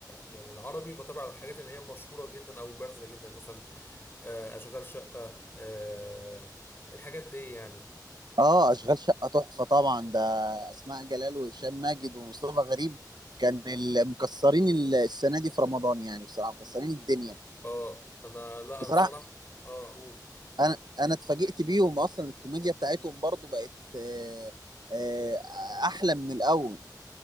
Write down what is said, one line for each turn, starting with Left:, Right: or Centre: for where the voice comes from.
Left: يعني العربي بتابع الحاجات اللي هي مشهوره جدا او بارزه جدا مثلا آه، اشغال شقه آه، الحاجات دي يعني
Right: اه اشغال شقه تحفه طبعا ده اسماء جلال وهشام ماجد ومصطفى غريب كان ال- مكسرين ال- السنه دي في رمضان يعني بصراحه مكسرين الدنيا
Left: اه انا لا
Right: بصراحه
Left: انا الصراحه اه اقول
Right: انا انا اتفاجئت بيهم اصلا الكوميديا بتاعتهم برضو بقت آه، آه، احلى من الاول